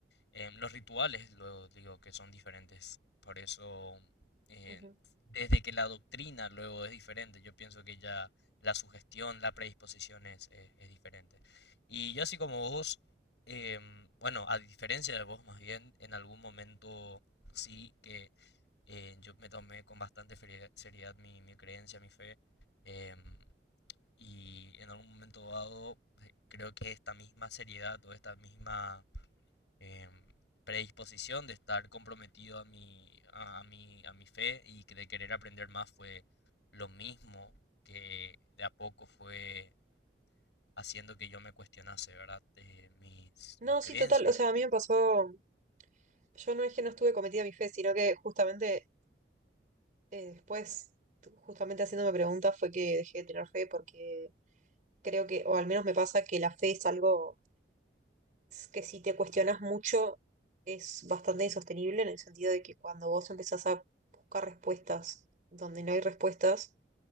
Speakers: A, on the left; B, on the right.
A: em, los rituales, luego digo que son diferentes. Por eso, eh,
B: Ujú.
A: desde que la doctrina luego es diferente, yo pienso que ya la sugestión, la predisposición es, es- es diferente. Y yo así como vos, em, bueno, a diferencia de vos más bien, en algún momento sí que eh, yo me tomé con bastante ferie- seriedad mi, mi creencia, mi fe, em, y en algún momento dado eh, creo que esta misma seriedad o esta misma em, predisposición de estar comprometido a mi, a, a mi, a mi fe y que de querer aprender más fue lo mismo que de a poco fue haciendo que yo me cuestionase, ¿verdad? Eh, mis,
B: No,
A: mis creencias.
B: sí, total, o sea, a mí me pasó, yo no es que no estuve cometida mi fe, sino que justamente eh, después, t- justamente haciéndome preguntas, fue que dejé de tener fe porque creo que, o al menos me pasa que la fe es algo que si te cuestionas mucho es bastante insostenible en el sentido de que cuando vos empezás a buscar respuestas donde no hay respuestas,